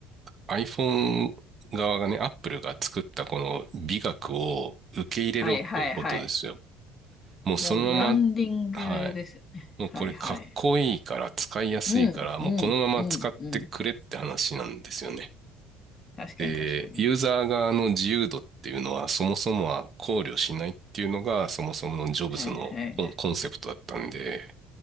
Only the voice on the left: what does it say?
はいはいはい。
もうブランディングですよね。
はいはい。うん、うん、
うん、うん。確かに確かに。
はいはい。